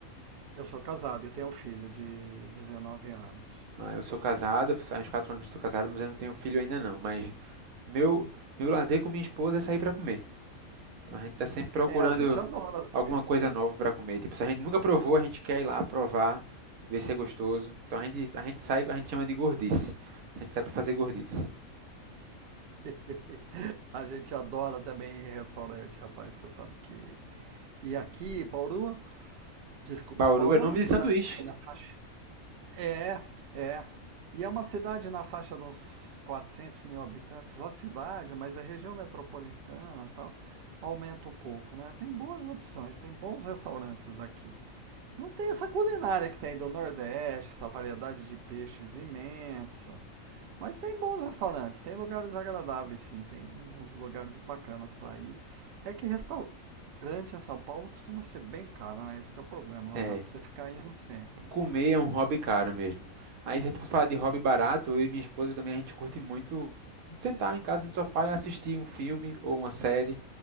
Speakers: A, on the right; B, on the right.
A: Eu sou casado e tenho um filho de 19 anos.
B: Ah, eu sou casado, faz uns 4 anos que eu sou casado, mas eu não tenho filho ainda não. Mas meu meu lazer com minha esposa é sair para comer. Então a gente está sempre procurando
A: É, a gente adora também.
B: alguma coisa nova para comer. Tipo, se a gente nunca provou, a gente quer ir lá provar, ver se é gostoso. Então a gente a gente sai, a gente chama de gordice. A gente sai para fazer gordice.
A: <laughs> A gente adora também ir em restaurante, rapaz. Você sabe que. E aqui, Bauru, desculpa,
B: Bauru
A: Bauru
B: é nome
A: é uma cidade
B: de sanduíche.
A: aí na faixa. É, é. E é uma cidade na faixa de uns 400 mil habitantes, a cidade, mas a região metropolitana e tal, aumenta um pouco, né? Tem boas opções, tem bons restaurantes aqui. Não tem essa culinária que tem aí do Nordeste, essa variedade de peixes imensas. Mas tem bons restaurantes, tem lugares agradáveis, sim, tem uns lugares bacanas para ir. É que restaurante em São Paulo costuma ser bem caro, né? Esse que é o problema, não
B: É,
A: dá para você ficar indo sempre.
B: comer é um hobby caro mesmo. Aí, se a gente for falar de hobby barato, eu e minha esposa também, a gente curte muito sentar em casa no sofá e assistir um filme ou uma série.